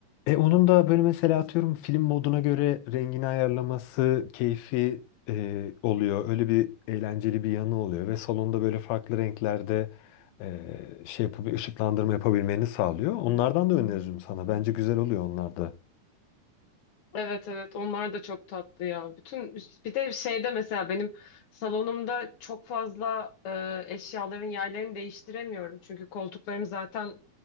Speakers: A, on the left; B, on the left.
A: E onun da böyle mesela atıyorum film moduna göre rengini ayarlaması keyfi e, oluyor. Öyle bir eğlenceli bir yanı oluyor ve salonda böyle farklı renklerde e, şey yapıp ışıklandırma yapabilmeni sağlıyor. Onlardan da öneririm sana. Bence güzel oluyor onlar da.
B: Evet evet onlar da çok tatlı ya. Bütün bir de şeyde mesela benim salonumda çok fazla e, eşyaların yerlerini değiştiremiyorum. Çünkü koltuklarım zaten